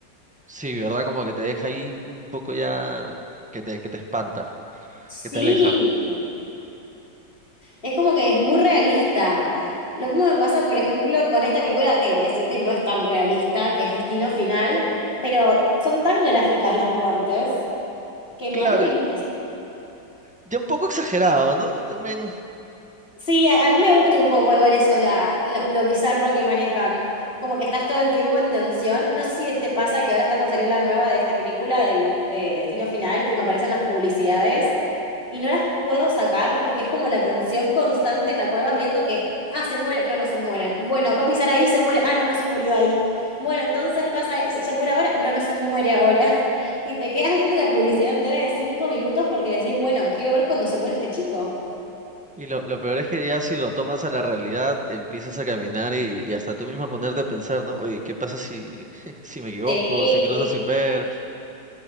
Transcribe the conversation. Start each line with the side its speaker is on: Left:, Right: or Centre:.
Centre: Sí, ¿verdad? Como que te deja ahí un poco ya que te, que te espanta,
Left: Sí,
Centre: que te aleja.
Left: Es como que es muy realista. Lo mismo me pasa, por ejemplo, con esta película, que te decir que no es tan realista, que es Destino Final, pero son tan gráficas las muertes que me
Centre: Claro,
Left: dan una impresión.
Centre: y- ya un poco exagerado, ¿no? También
Left: Sí, a, a mí me gusta un poco igual eso, la, lo, lo bizarro que manejan. Como que estás todo el tiempo en tensión. No sé si te pasa que ahora está por salir la nueva de esta película del eh, Destino Final y me aparecen las publicidades y no las puedo sacar porque es como la tensión constante en la cual vas viendo que, ah, se muere, no, no se muere. Bueno, va a pisar ahí, se muere, ah, no, no se murió ahí. Bueno, entonces pasa, si se muere ahora, no, no se muere ahora. <laughs> Y te quedas viendo la publicidad entera de cinco minutos porque decís, bueno, quiero ver cuando se muere este chico.
Centre: Y lo, lo peor es que ya si lo tomas a la realidad, empiezas a caminar y, y hasta tú mismo a ponerte a pensar, ¿no? Oye, ¿qué pasa si, <laughs> si me equivoco,
Left: Sí,
Centre: si cruzo sin ver?